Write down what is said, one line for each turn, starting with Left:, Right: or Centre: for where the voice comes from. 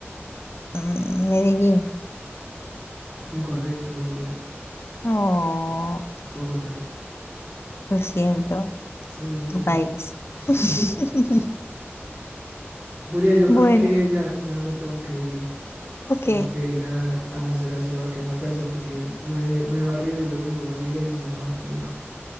Left: Mm, Medellín.
Right: Es incorrecto, Julia.
Left: Oh,
Right: Es Bogotá.
Left: lo siento.
Right: Sí, Julia.
Left: tu país.
Right: <laughs>
Left: <laughs>
Right: Julia, yo
Left: Bueno,
Right: creo que ya, ya me tengo que ir.
Left: ok.
Right: Tengo que ir a, a hacer aseo aquí en la casa porque no he, no he barrido y luego mi mamá llega y se enoja conmigo.